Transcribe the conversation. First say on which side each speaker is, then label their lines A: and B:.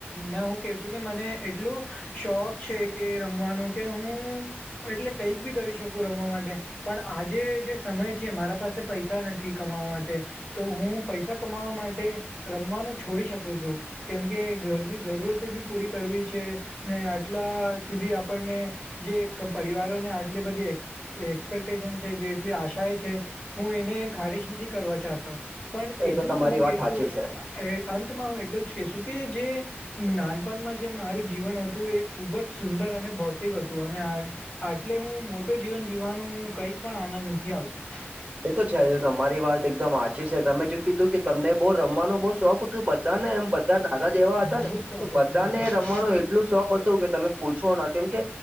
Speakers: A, on the left (about 30°); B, on the right (about 30°).
A: મે હું કેશું કે મને એટલું શોખ છે કે રમવાનું કે હું એટલે કઈક બી કરી શકું રમવા માટે પણ આજે જે સમય છે મારા પાસે પૈસા નથી કમાવા માટે તો હું પૈસા કમાવા માટે રમવાનું છોડી શકું છું. કેમકે ઘરની જરૂરતે બી પૂરી કરવી છે ને આટલા સુધી આપણને જે પરિવારો ને આટલી બધી એ એક્સપેક્ટેશન છે, જેટલી આશા છે, હું એને ખારિજ નથી કરવા ચાહતો પણ એટલું
B: એ તો તમારી
A: હું કશું
B: વાત સાચી છે
A: અંતમાં હું એટલું જ કેશું કે જે નાનપણમાં જે મારું જીવન હતું એ ખુબ જ સુંદર અને ભૌતિક હતું અને આટલે હું મોટું જીવન જીવવાનું કઈક પણ આનંદ નથી આવતું
B: એ તો છે તમારી વાત એકદમ હાચી છે તમે જો કીધું કે તમને બહુ રમવાનો બહુ શોખ બધાને એમ બધા નાના જે એવા હતા
A: બહુ
B: ને
A: જ શોખ
B: તો બધાને
A: હતું
B: રમવાનું એ ટલું શોખ હતું કે તમે પૂછો ના કેમ કે